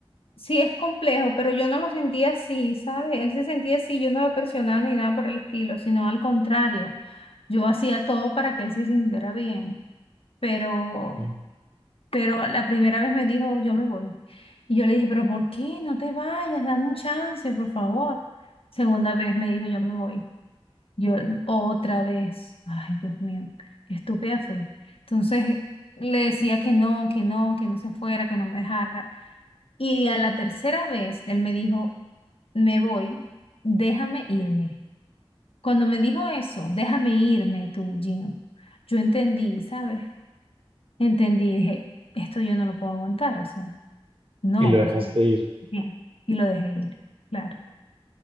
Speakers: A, on the left; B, on the right.
A: sí es complejo, pero yo no lo sentía así, ¿sabes? Él se sentía así, yo no lo presionaba ni nada por el estilo, sino al contrario, yo hacía todo para que él se sintiera bien, pero,
B: ¿ok?
A: pero la primera vez me dijo, yo me voy. Y yo le dije, pero ¿por qué? No te vayas, dame un chance, por favor. Segunda vez me dijo, yo me voy. Yo otra vez, ay Dios mío, qué estúpida fui. Entonces le decía que no, que no, que no se fuera, que no me dejara. Y a la tercera vez él me dijo, me voy, déjame irme. Cuando me dijo eso, déjame irme tú, Gino, yo entendí, ¿sabes? Entendí, dije, esto yo no lo puedo aguantar, o sea, no,
B: Y lo dejaste
A: o sea,
B: ir.
A: bien, y lo dejé ir, claro.